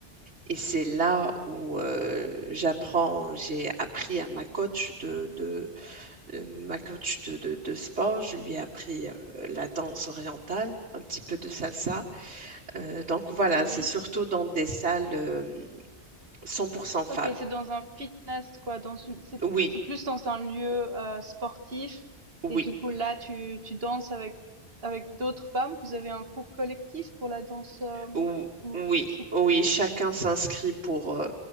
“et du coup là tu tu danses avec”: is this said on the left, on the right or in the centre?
Right